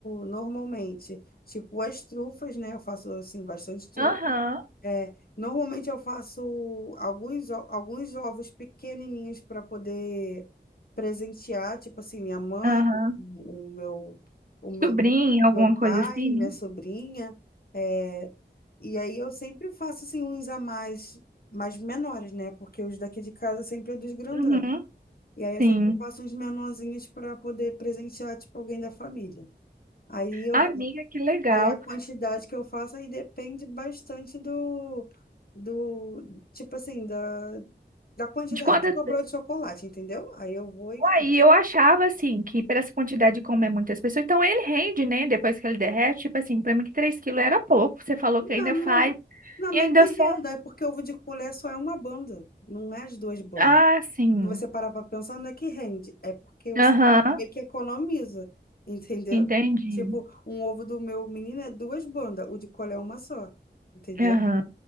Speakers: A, on the left; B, on the right.
A: normalmente, tipo as trufas, né? Eu faço assim bastante trufa.
B: Aham.
A: É, normalmente eu faço alguns, o- alguns ovos pequenininhos para poder presentear, tipo assim, minha mãe,
B: Aham.
A: o meu, o meu,
B: Sobrinho, alguma
A: meu pai,
B: coisa assim?
A: minha
B: né?
A: sobrinha. é, e aí eu sempre faço assim uns a mais, mais menores, né? Porque os daqui de casa sempre é dos grandão.
B: Uhum.
A: E aí eu
B: Sim.
A: sempre faço uns menorzinhos para poder presentear, tipo, alguém da família. Aí eu
B: Amiga, que legal.
A: Aí a quantidade que eu faço aí depende bastante do, do tipo assim, da, da quantidade
B: De quantas?
A: que sobrou de chocolate, entendeu? Aí eu vou e
B: Aí
A: faço.
B: eu achava assim que para essa quantidade de comer muitas pessoas, então ele rende, né? Depois que ele derrete, tipo assim, para mim que 3 quilos era pouco. Você falou
A: Não,
B: que ainda
A: não,
B: faz
A: não,
B: e
A: não
B: ainda
A: é que
B: só.
A: renda, é porque ovo de colher só é uma banda, não é as duas bandas.
B: Ah, sim.
A: Se você parar para pensar, não é que rende, é porque você
B: Aham,
A: meio que economiza, entendeu?
B: entendi.
A: Tipo, um ovo do meu menino é duas bandas, o de colher é uma só, entendeu?
B: Aham,